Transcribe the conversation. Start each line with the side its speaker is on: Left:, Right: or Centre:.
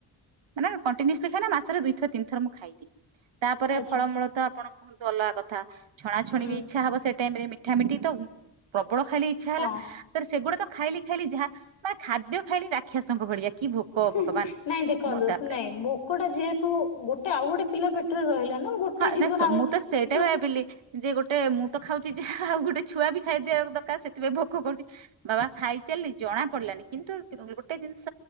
Right: ମାନେ କଣ୍ଟିନିଅସ ଖାଏନା ମାସରେ ଦୁ ଥର, ତିନିଥର ମୁଁ ଖାଇଦିଏ। ତାପରେ
Left: ଆଚ୍ଛା
Right: ଫଳମୂଳ ତ ଆପଣ କୁହନ୍ତୁ ଅଲଗା କଥା। ଛଣାଛଣି
Left: ହୁଁ
Right: ବି ଇଚ୍ଛା ହବ। ସେ ଟାଇମ ରେ ମିଠା ମିଠି ତ ପ୍ରବଳ ଖାଇଲି ଇଚ୍ଛା ହେଲା।
Left: ହଁ
Right: ତ ସେଗୁଡା ତ ଖାଇଲି ଖାଇଲି ଯାହା, ମାନେ ଖାଦ୍ୟ ଖାଇଲି ରାକ୍ଷୀସଙ୍କ ଭଳିଆ। କି ଭୋକ
Left: ହି
Right: ଭଗବାନ
Left: ହିଁ ନାଇଁ ଦେଖନ୍ତୁ
Right: ମୁଁ ତାପରେ
Left: ନାଇଁ ଭୋକଟା ଯେହେତୁ ଗୋ ଗୋଟେ ଆଉ ଗୋଟେ ପିଲା ପେଟ ରହିଲା ନା ଗୋଟେ
Right: ହଁ
Left: ଜୀବନ
Right: ନା ସ
Left: ଆଉ
Right: ମୁଁ ସେଇଟା
Left: ତ
Right: ଭାବିଲି ଯେ ଗୋଟେ ମୁଁ ତ ଖାଉଛି ଯାହା ଆଉ ଗୋଟେ ଛୁଆ ବି ଖାଇଦିଆ ଦରକାର ସେଥିପାଇଁ ଭୋକ କରୁଚି। ବାବା ଖାଇଚାଲିଚ ଜଣା ପଡିଲାନି, କିନ୍ତୁ ଗୋଟେ ଜିନିଷ